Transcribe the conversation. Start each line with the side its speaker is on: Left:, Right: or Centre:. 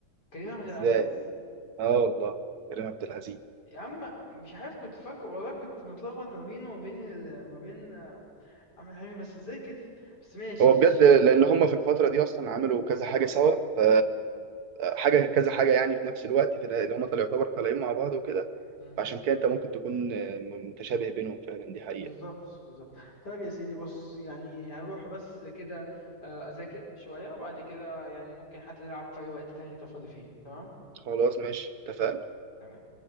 Left: كريم عبد
Right: ازاي
Left: العزيز
Right: اه والله كريم عبد العزيز
Left: يا عم مش عارف كنت فاكر والله كنت متلخبط ما بينه وما بين ال... ما بين آه، احمد حلمي بس ازاي كده بس ماشي
Right: هو
Left: ماشي
Right: بجد لان
Left: ماشي
Right: هم في الفتره دي اصلا عملوا كذا حاجه سوا ف حاجه كذا حاجه يعني في نفس الوقت في اللي هم طلعوا يعتبر طالعين مع بعض وكده
Left: اه
Right: فعشان كده انت ممكن تكون متشابه بينهم فعلا دي حقيقه
Left: بالظبط بالظبط طيب يا سيدي بص يعني هروح بس كده آه، اذاكر شوية وبعد كده يعني ممكن حتى نلعب في اي وقت تاني انت فاضي فيه تمام
Right: خلاص ماشي اتفقنا
Left: تمام